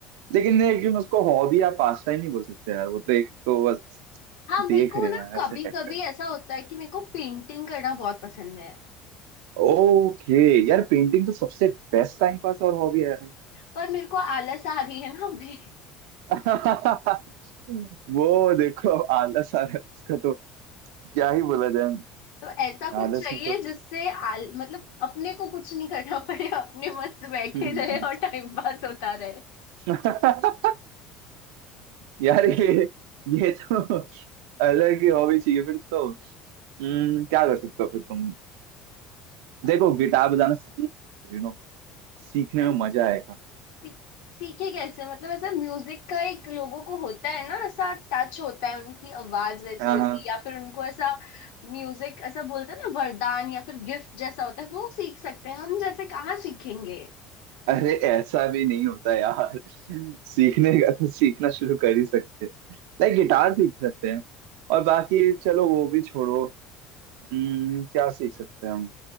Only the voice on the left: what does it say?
हाँ मेरे
को
ना
कभी
कभी
ऐसा होता है कि मेरे को पेंटिंग करना बहुत पसंद है
पर मेरे को आलस आ रही है ना अभी
तो ऐसा कुछ
चाहिए
जिससे आल मतलब अपने को कुछ नहीं करना पड़े अपने मस्त बैठे
रहे और टाइम पास होता रहे
आ,
पर
सी- सीखे कैसे मतलब ऐसा म्यूजिक का एक लोगों को होता है ना ऐसा टच होता है उनकी आवाज वैसी
होती
है या फिर उनको ऐसा म्यूजिक ऐसा बोलते हैं ना वरदान या फिर गिफ्ट जैसा होता है वो सीख सकते हैं हम जैसे कहाँ सीखेंगे